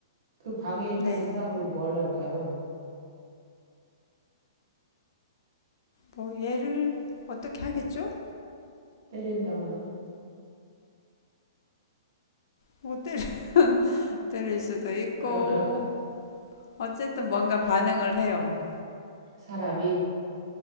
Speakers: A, on the right; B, on the left.
A: 그 방에 있던
B: 네.
A: 사람은 뭘 할까요?
B: 뭐, 얘를 어떻게 하겠죠?
A: 때린다거나?
B: 뭐, 때릴, <laughs> 때릴 수도 있고,
A: <laughs>
B: 어쨌든 뭔가 반응을 해요.
A: 사람이